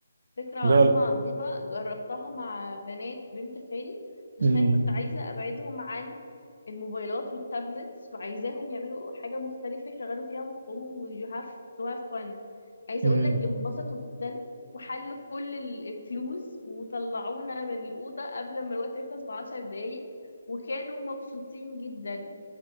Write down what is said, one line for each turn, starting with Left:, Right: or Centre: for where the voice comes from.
Left: فكره عظيمه
Right: لا لا
Left: عظيمه جربتها مع بنات بنت خالي عشان
Right: امم
Left: كنت عايزه ابعدهم عن الموبايلات والتابلتس وعايزاهم يعملوا حاجة مختلفة يشغلوا فيها مخهم و you have to have fun عايزة
Right: امم
Left: اقول لك انبسطوا جدا وحلوا كل الكلوز وطلعونا من الأوضة قبل ما الوقت يخلص بعشر دقايق وكانوا مبسوطين جدا